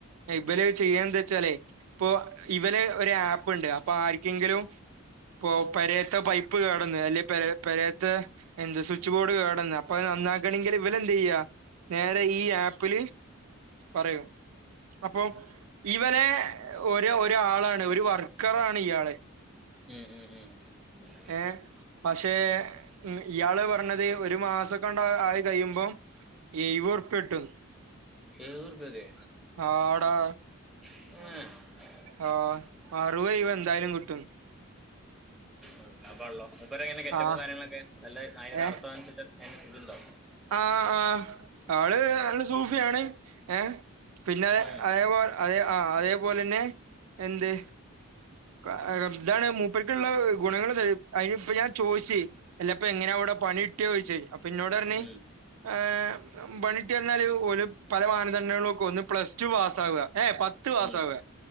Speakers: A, on the right; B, in the centre.
A: ബല് ചെയ്യന്താച്ചാലേ, പ്പൊ ഇവലെ ഒരു ആപ്പ് ണ്ട്. പ്പൊ.. ആർക്കെങ്കിലും പ്പൊ.. പെരേത്തെ പൈപ്പ് കേടന്ന്, അല്ലെ പെരേ.. പെരേത്തെ എന്താ സ്വിച്ച് ബോഡ് കേടന്ന് അപ്പൊ അഹ് നന്നാക്കണെങ്കി ഇവലെന്തായ്യാ? നേരെ ഈ ആപ്പില് പറയും. അപ്പൊ ഇവനെ ഒരു ഒരാളാണ് ഒരു വർക്ക് കറാണ് ഇയാള്.
B: മം മം മം
A: ഏഹ് പക്ഷേ മം ഇയാള് പറഞ്ഞത്. ഒരു മാസംക്കണ്ട് ആയി കയ്യുംമ്പം ഏഴിവെ രുപോയ
B: എഴുവോർപ്യയൊക്കെ
A: ആഡാ.
B: മം
A: ആഹ്. അറുവെ ഇഴുവെ എന്തായാലും കിട്ടുംന്ന്.
B: ഉം അപ്പ ഉള്ളോ മുപ്പരെങ്ങനെ ക ഗെറ്റപ്പും
A: ആ
B: കാര്യങ്ങളൊക്കെ നല്ല ആയ നടത്തുംഅതിനനുസരിച്ച്
A: ഏഹ്
B: അതിനനുസ ഇത്ണ്ടോ
A: ആഹ് ആഹ് ആള് നല്ല സൂഫിയാണ് ഏ പിന്നെ
B: ഉം
A: അതേപോ അതേ ആ അതേപോലെന്നെ എന്ത് അ അ ഇതാണ് മൂപ്പര്ക്കുള്ള ഗുണങ്ങൾ ഇത അയിനിപ്പ ഞാൻ ചോയിച്ച് എല്ലപ്പൊ എങ്ങനെ അവടെ പണി കിട്ടിയോയ്ച് അപ്പ ഇന്നോടറഞ്ഞ്
B: ഉം
A: ഏ പണിട്ടി വന്നാല് ഓല് പല മാനദണ്ഡളും വെക്കും ഒന്ന് പ്ലസ്ടു പാസ്സാവ ഏ ഏ പത്ത് പാസ്സാവ
B: ഉം
A: <inaudible>